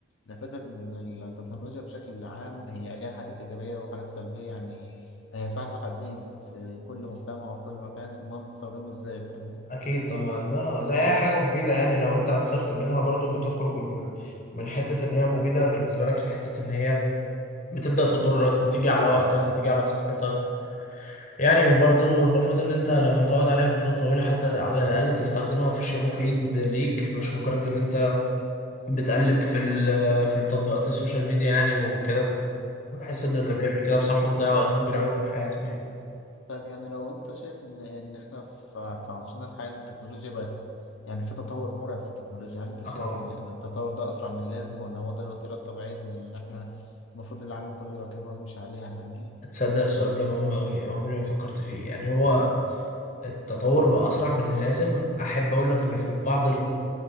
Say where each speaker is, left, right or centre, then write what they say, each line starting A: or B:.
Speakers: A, on the left (about 75°); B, on the left (about 40°).
A: ان فكره ان التكنولوجيا بشكل عام هي ليها حاجات ايجابيه وحاجات سلبيه يعني هي سلاح ذو حدين في في كل مجتمع وفي كل مكان المهم تستخدمه ازاي فاهمني
B: أكيد طبعا لا زي أي حاجة مفيدة يعني لو أنت أكثرت منها برضو بتخرج من من حتة إن هي مفيدة بالنسبة لك لحتة إن هي بتبدأ تضرك وتيجي على وقتك وتيجي على صحتك يعني وبرضه
A: اه
B: المفروض ان انت لو هتقعد عليها فترات طويلة حتى على الاقل تستخدمها في شيء مفيد ليك مش مجرد ان انت بتقلب في ال- في التطبيقات السوشيال ميديا يعني وكده بحس ان اللي
A: آه.
B: بيعمل كده بصراحة بيضيع وقت كبير قوي من حياته يعني
A: طيب يعني لو انت شايف ان ان احنا في في عصرنا الحالي التكنولوجيا بقت يعني في تطور مرعب في التكنولوجيا هل انت شايف
B: اه طبعا
A: ان إن التطور ده اسرع من اللازم ولا هو ده الوتيره الطبيعيه من اللي احنا المفروض العالم كله يواكبها ويمشي عليها فاهمني
B: تصدق السؤال ده مهم أوي عمري ما فكرت فيه يعني هو التطور بقى أسرع من اللازم أحب أقول لك إن في بعض